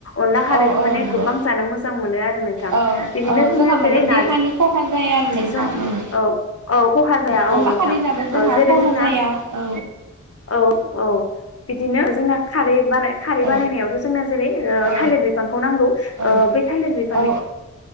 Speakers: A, on the left; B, on the right.
A: अनला खारैखौ
B: औ औ
A: माने
B: नंगौ
A: गोबां जानो मोजां मोनो आरो नोंथां।
B: औ
A: बिदिनो
B: औ
A: जोङो
B: जोंहा माने
A: जेरै
B: देहानि
A: नारजि
B: खहा जाया आरो नोंथां
A: जों
B: उम
A: औ औ खहा जाया औ
B: अनला
A: नोंथां
B: खारै जाबा जोंहा
A: ओ जेरै
B: खहा
A: जोंना
B: जाया औ
A: औ औ बिदिनो जोंना खारै बानाय खारै
B: औ
A: बानायनायावथ' जोंना जेरै ओ
B: औ
A: थालिर बिफांखौ नांगौ ओ
B: औ
A: बे थालिर बिफांनि
B: औ